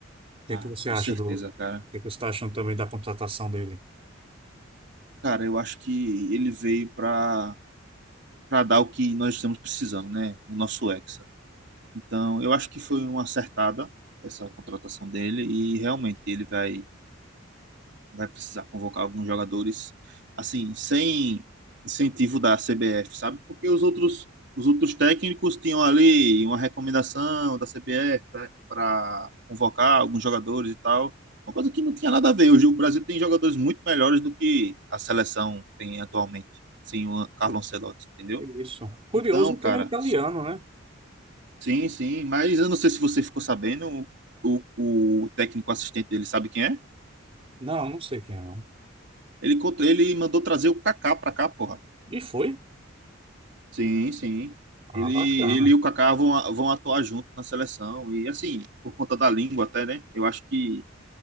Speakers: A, on the right; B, on the right.
A: que
B: Ah,
A: é que você
B: com
A: acha
B: certeza,
A: do, o
B: cara.
A: que é que você está achando também da contratação dele?
B: Cara, eu acho que ele veio para para dar o que nós estamos precisando, né? O nosso Hexa. Então, eu acho que foi uma acertada essa contratação dele e realmente ele vai vai precisar convocar alguns jogadores, assim, sem incentivo da CBF, sabe? Porque os outros, os outros técnicos tinham ali uma recomendação da CBF para convocar alguns jogadores e tal. Uma coisa que não tinha nada a ver. Hoje o Brasil tem jogadores muito melhores do que a seleção tem atualmente, sem o Carlo Ancelotti, entendeu?
A: Isso. Curioso
B: Então, cara,
A: que ele é italiano, né?
B: sim, sim, mas eu não sei se você ficou sabendo, o, o técnico assistente dele sabe quem é?
A: Não, não sei quem é. né?
B: Ele, contra- ele mandou trazer o Kaká pra cá, porra.
A: E foi?
B: Sim, sim.
A: Ah,
B: Ele,
A: bacana.
B: ele e o Kaká vão, a- vão atuar juntos na seleção. E assim, por conta da língua até, né? Eu acho que,